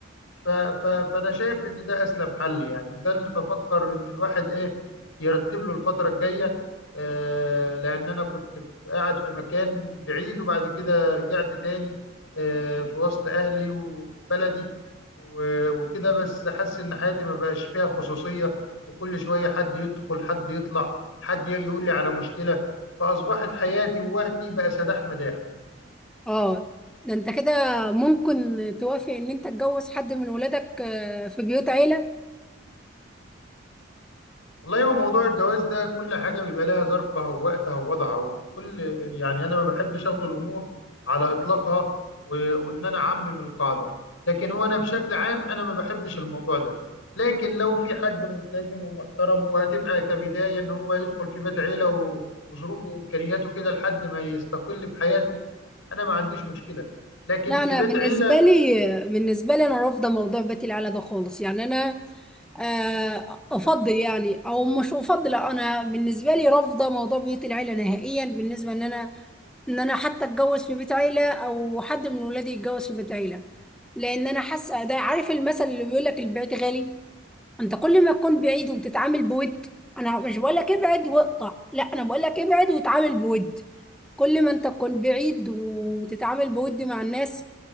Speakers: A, on the left; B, in the centre.
A: ف... ف... فانا شايف ان ده اسلم حل يعني وده اللي بفكر ان الواحد ايه يرتب له الفتره الجايه آه لان انا كنت في- قاعد في مكان بعيد وبعد كده رجعت تاني آه في وسط اهلي وفي بلدي و- وكده بس حاسس ان حياتي ما بقاش فيها خصوصيه وكل شويه حد يدخل حد يطلع حد يجي يقول لي على مشكله فاصبحت حياتي ووقتي بقى سداح مداح
B: اه ده انت كده ممكن توافق ان انت تتجوز حد من ولادك آه، في بيوت عيلة
A: والله هو موضوع الجواز ده كل حاجة بيبقى لها ظرفها ووقتها ووضعها وكل يعني أنا ما بحبش أخد الأمور على إطلاقها و- وإن أنا أعمم القاعدة لكن هو أنا بشكل عام أنا ما بحبش الموضوع ده لكن لو في حد ملتزم ومحترم وهتبقى كبداية إن هو يدخل في بيت عيلة و- وظروفه وإمكانياته كده لحد ما يستقل بحياته أنا ما عنديش مشكلة لكن
B: لا
A: في
B: انا
A: بيت
B: بالنسبة
A: عيلة
B: لي بالنسبة لي انا رافضة موضوع بيت العيلة ده خالص يعني انا آه، افضل يعني او مش افضل انا بالنسبة لي رافضة موضوع بيوت العيلة نهائيا بالنسبة ان انا ان انا حتى اتجوز في بيت عيلة او حد من ولادي يتجوز في بيت عيلة لان انا حاسة ده عارف المثل اللي بيقول لك البيت غالي انت كل ما تكون بعيد وبتتعامل بود انا مش بقول لك ابعد واقطع لا انا بقول لك ابعد وتعامل بود كل ما انت تكون بعيد وتتعامل بود مع الناس